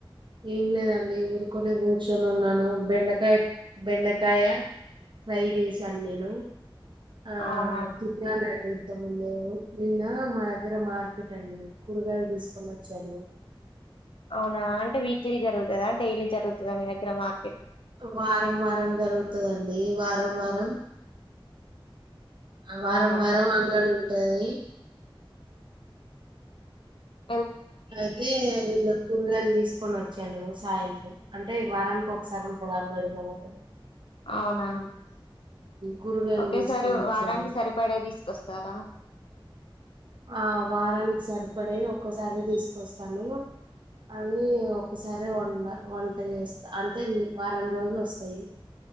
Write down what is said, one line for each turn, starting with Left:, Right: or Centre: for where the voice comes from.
Right: ఏం లేదండి ఊరుకొనే కూర్చు కూర్చొని ఉన్నాను బెండకాయ బెండకాయ ఫ్రై చేసాను నేను ఆ
Left: అవునా
Right: తిన్నానండి ఇంత ముందే నిన్న మా దగ్గర మార్కెట్ అండి కూరగాయలు తీసుకుని వచ్చాను
Left: అవునా అంటే వీక్లీ జరుగుతదా డైలీ జరుగుతదా మీ దగ్గర మా
Right: వారం వారం జరుగుతదండి వారం వారం వారం
Left: అవునా
Right: వారం వాంగల్ ఉంటది
Left: అ
Right: అయితే నేను కూరగాయలు తీసుకొని వచ్చాను సాయంత్రం అంటే వారానికి ఒకసారి అ అంగడి మగర
Left: అవునా
Right: కూరగాయలు
Left: ఒకేసారు
Right: తీసుకొని వచ్చాను
Left: వారానికి సరిపడే వి తీసుకొస్తారా
Right: ఆ వారానికి సరిపడేయి ఒక్కోసారి తీసుకొస్ స్తాను అవి ఒకసారి వంట వంట చేస్తా అంటే వారం రోజులు వస్తాయి